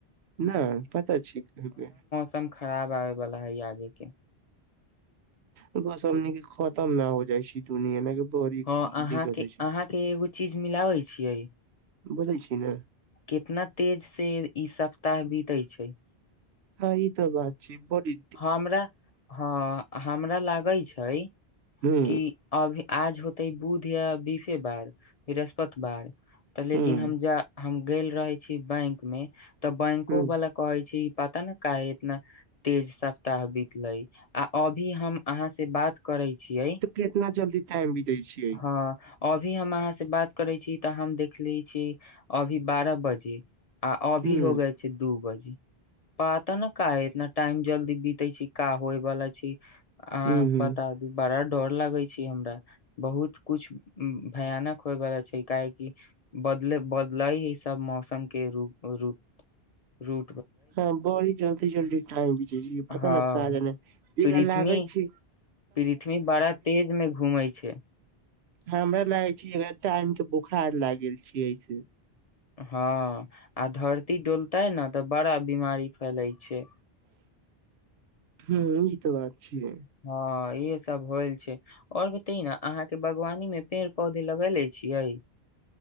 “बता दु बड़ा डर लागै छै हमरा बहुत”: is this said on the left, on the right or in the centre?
Left